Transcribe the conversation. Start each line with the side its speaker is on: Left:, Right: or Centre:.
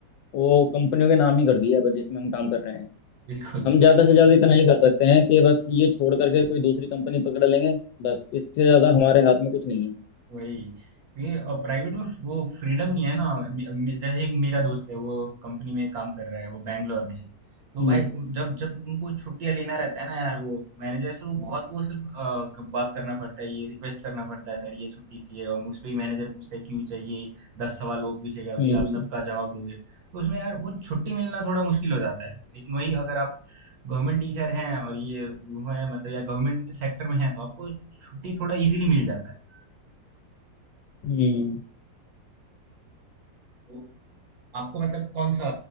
Left: वो कंपनियों के नाम ही कर दिया है जिसमें हम काम कर रहे हैं
Right: बिल्कुल
Left: हम ज्यादा से ज्यादा इतना ही कर सकते हैं कि बस ये छोड़ करके कोई दूसरी कंपनी पकड़ लेंगे बस इससे ज्यादा हमारे हाथ में कुछ नहीं है
Right: वही ये और प्राइवेट में वो फ्रीडम नहीं है ना मे- मे- जैसे एक मेरा दोस्त है वो कंपनी में काम कर रहा है वो बैंगलोर में है तो
Left: हम्म
Right: भाई उन- जब जब उनको छुट्टियां लेना रहता है ना यार वो मैनेजर से वो बहुत वो सिर्फ अ, क- बात करना पड़ता है ये रिक्वेस्ट करना पड़ता है सर ये छुट्टी चाहिए और उस पर ही मैनेजर पूछता है क्यों चाहिए दस सवाल वो पूछेगा
Left: हम्म
Right: फिर आप सबका जवाब दोगे तो उसमें यार वो छुट्टी मिलना थोड़ा मुश्किल हो जाता है लेकिन वही अगर आप गवर्नमेंट टीचर हैं और ये वो है मतलब या गवर्नमेंट सेक्टर में हैं तो आपको छुट्टी थोड़ा इजीली मिल जाता है
Left: हम्म।
Right: तो आपको मतलब कौन सा